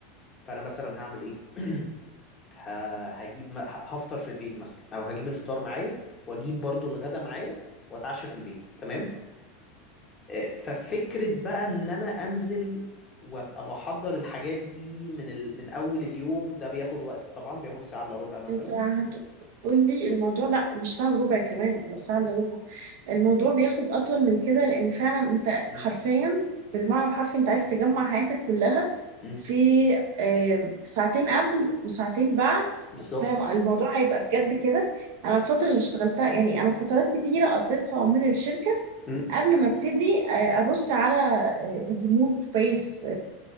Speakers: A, on the left; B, on the right.
A: فانا مثلا هعمل ايه <clears throat> ه- هجيب م- ه- هفطر في البيت مثلا او هجيب الفطار معايا واجيب برضو الغدا معايا واتعشى في البيت تمام آه، ففكرة بقى ان انا انزل وابقى بحضر الحاجات دي من ال... من اول اليوم ده بياخد وقت طبعا بياخد ساعة الا ربع مثلا
B: انت هتقولي الموضوع لا مش ساعة وربع كمان ولا ساعة الا ربع الموضوع بياخد اطول من كده لان فعلا انت
A: مم.
B: حرفيا بالمعنى الحرفي انت عايز تجمع حياتك كلها
A: مم.
B: في آه، ساعتين قبل وساعتين بعد
A: بالظبط
B: فاهم الموضوع هيبقى بجد كده انا الفترة اللي اشتغلتها يعني انا فترات كتيرة قضيتها من الشركة
A: مم.
B: قبل ما ابتدي آه، ابص على الريموت بيس